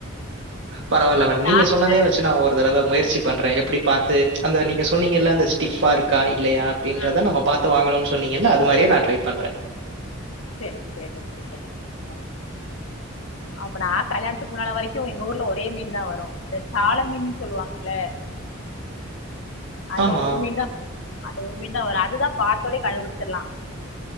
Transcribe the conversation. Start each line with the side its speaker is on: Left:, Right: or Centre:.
Right: பரவால்ல மேடம் நீங்க
Left: நாங்க
Right: சொன்னதே வச்சு நா ஒரு தடவ முயற்சி பண்றே எப்புடி பாத்து அந்த நீங்க சொன்னீங்கல்ல த ஸ்டிஃப்பாருக் கா இல்லையா அப்டின்றத
Left: ஆ.
Right: நம்ம பாத்து வாங்கணுன் சொன்னீங்கல்ல அது மாரியே நா ட்ரை பண்றே
Left: சேரி சேரி ஓகே சார் ஓகே சார் அப்ப நா கல்யாணத்துக்கு முன்னால வரைக்கு எங்க ஊர்ல ஒரே மீன் தா வரு இந்த சால மீனுன் சொல்வாங்கல்ல அந்த
Right: ஆமா.
Left: ஒரு மீன் தா வரு அந்த ஒரு பின் தான் வரும் அதுதான் பார்த்தோனே கண்டுபிடிச்சிடலாம்